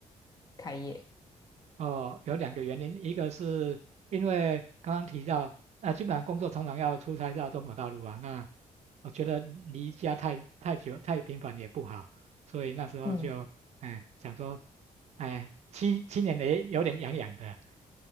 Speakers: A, on the left (about 30°); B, on the right (about 60°).
A: 开业？
B: 哦，有两个原因，一个是因为刚刚提到，啊，基本上工作常常要出差到中国大陆啊，那我觉得离家太太久太频繁也不好，所以那时候就，
A: 嗯，
B: 哎，想说，哎，七七年也有点痒痒的。